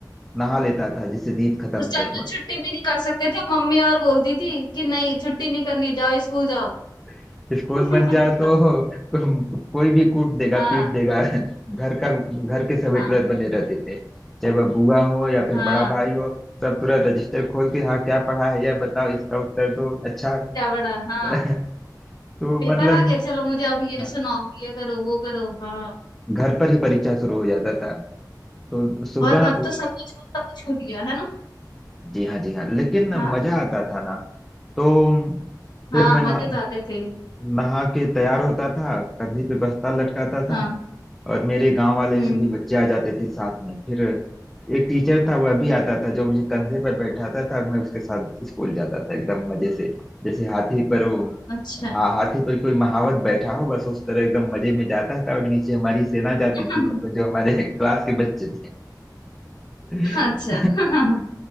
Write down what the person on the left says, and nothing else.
उस
टाइम
तो छुट्टी भी नहीं कर सकते थे मम्मी और बोलती थी कि नहीं छुट्टी नहीं करनी जाओ स्कूल जाओ
<laughs>
हाँ
हाँ
हाँ
क्या बड़ा हाँ
पेपर
आ गया चलो मुझे अब ये
सुनाओ ये करो वो करो हाँ
और अब
तो सब कुछ सब कुछ छूट गया है ना
हाँ
हाँ
मजे
तो आते थे
हाँ
हम्म
अच्छा
<laughs>
अच्छा <laughs>